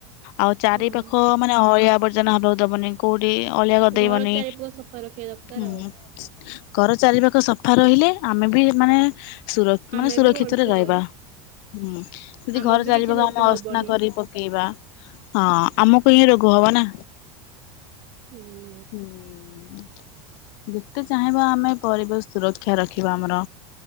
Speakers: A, on the left (about 60°); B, on the right (about 50°).
A: ଆଉ ଚାରି
B: ହଁ
A: ପାଖ ମାନେ ଅଳିଆ ଆବର୍ଜନା ହବାକୁ ଦବନି। କୋଉଠି ଅଳିଆ କରିଦେଇବନି
B: ଘର ଚାରିପଟ ସଫା ରଖିବା ଦରକାର
A: ହୁଁ
B: ଆଉ।
A: ଘର ଚାରିପାଖ ସଫା ରହିଲେ ଆମେ ବି ମାନେ ମାନେ
B: ଆମେ
A: ସୁରକ୍ଷିତରେ
B: ବି ଭଲସେ
A: ରହିବା। ହୁଁ ଯଦି
B: ଆମର
A: ଘର
B: ବି
A: ଚାରି
B: କିଛି
A: ପାଖ
B: ରୋଗ
A: ଆମେ ଅସ୍ନା
B: ହବନି
A: କରି ପକେଇବା ହଁ ଆମକୁ ହିଁ ରୋଗ ହବନା।
B: ହୁଁ।
A: ହୁଁ। ଯେତେ ଚାହିଁବା ଆମେ ପରିବେଶ ସୁରକ୍ଷା ରଖିବା ଆମର